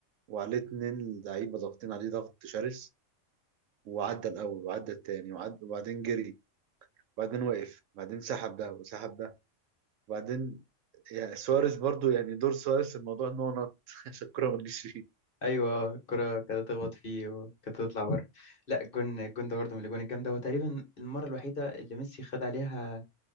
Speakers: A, on the right; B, on the left.
A: وعليه اتنين لعيبة ضاغطين عليه ضغط شرس وعدى الأول وعدى التاني وعد وبعدين جري وبعدين وقف وبعدين سحب ده وسحب ده وبعدين يعني سواريز برضو يعني دور سواريز في الموضوع إن هو نط <laughs> عشان الكورة ما تجيش فيه
B: ايوه الكرة كانت تخبط فيه وكانت تطلع بره لا الجون الجون ده برضه من الاجوان الجامده هو تقريبا المره الوحيده اللي ميسي خد عليها